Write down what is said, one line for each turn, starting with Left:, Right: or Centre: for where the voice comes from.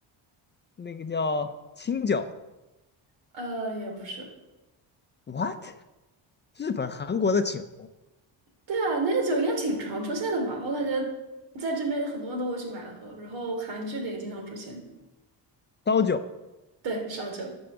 Left: 那个叫清酒。
Right: 呃，也不是。
Left: What？日本、韩国的酒，
Right: 对啊，那个酒应该挺常出现的吧？我感觉在这边很多人都会去买了喝，然后韩剧里也经常出现。
Left: 刀酒。
Right: 对，烧酒。